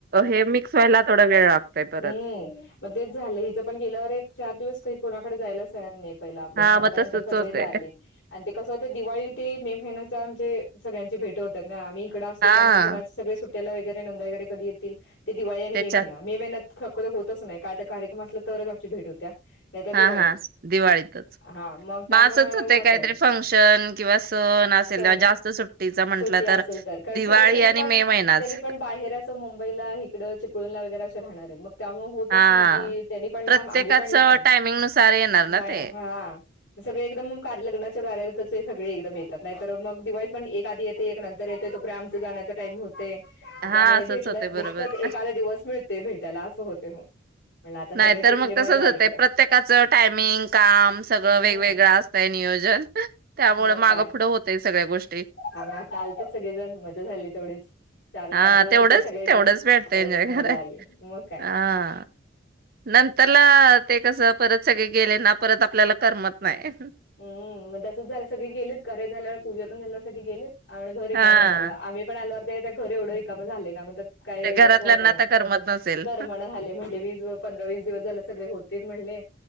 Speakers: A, on the right (about 50°); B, on the left (about 60°).
A: हे मिक्स व्हायला थोडा वेळ लागतोय परत.
B: हम्म मग तेच झालं हिच पण गेल्यावर एक चार दिवस क कोणाकडे जायलाच तयार नाही. ला मग
A: हा
B: नंतर
A: तसच
B: नंतर सगळे
A: होतय
B: झाले आणि ते कसं होते दिवाळी होती मे महिन्याचा म्हणजे सगळ्यांची भेट होतात ना आम्ही असत
A: हा
B: त्यामुळे कुणाच सुट्याेला वगैरे नंद वगर कधी येतील ते दिवाळी आणि
A: त्याच्या
B: मे महिना मे महिन्यात खक्क तर होतच नाही काय तर कार्यक्रम असला तरच आमची भेट होत्या. नाही तर
A: हा
B: दिवाळीतच
A: हा दिवाळीतच
B: हा मग त्यामुळे
A: म असच होते
B: मात्र
A: काहीतरी फंक्शन किंवा सण असेल
B: सण
A: ते जास्त सुट्टीचा म्हंटलं
B: सुट्टी असेल
A: तर
B: कारण
A: दिवाळी
B: सगळे त्यांनी
A: आणि
B: पण
A: मे महिनाच
B: त्यांनी पण बाहेरच मुंबईला इिकडं चिपळूला वगैरे असं राहणार आहे मग त्यामुळे होतच
A: हा.
B: नाही की त्यांनी पण
A: प्रत्येकाच
B: लांब आम्ही पण लांब
A: टायमिंग नुसार येणार
B: नाही
A: ना ते
B: हा सगळे एकदम कार लग्नाच्या कार्या तर ते सगळे एकदम येतात नाही तर मग दिवाळी पण एक आधी येत एक नंतर येते तोेपरे आमच जाण्याचा टाईम होतं ते
A: हा
B: त्यामुळे
A: असंच
B: भेटलं
A: होते बरोबर.
B: निस्तच एखादा दिवस मिळतय भेटायला असं होतंय मग म्हणलं आता
A: नाहीतर
B: सगळे भेटले
A: मग तसच
B: मजा आली
A: होतंय
B: खरं
A: प्रत्येकाचं टायमिंग काम सगळं
B: हम्म
A: वेगवेगळं असतंय नियोजन त्यामुळे
B: मग
A: मागं
B: काय
A: पुढं होतय सगळ्या गोष्टी
B: आम्ही आता आलते सगळेजण मजा झाली तेवढीच चार
A: हा
B: पाच दिवस
A: तेवढंच
B: होते सगळे
A: तेवढंच
B: जण
A: भेटतं
B: एवढच
A: एन्जॉय
B: मजा
A: कराय
B: आली मग काय
A: हा नंतरला ते कस परत स सगळे गेले ना परत आपल्याला करमत नाही.
B: हम्म मग तसच झालं सगळे गेलीत, कार्य झाल्यावर पूजा पण झाल्यावर सगळे गेलीत. आवड घर रिकामं
A: हा
B: वाटालं पण आल्यावरते त्यां घर एवढं रिकाम झाले ना म्हट काय
A: ते घरातल्यांना
B: अस वाटना
A: आता करमत नसेल
B: करमना झाले म्हणले वीस पंधरा वीस दिवस झालं सगळे होते म्हणले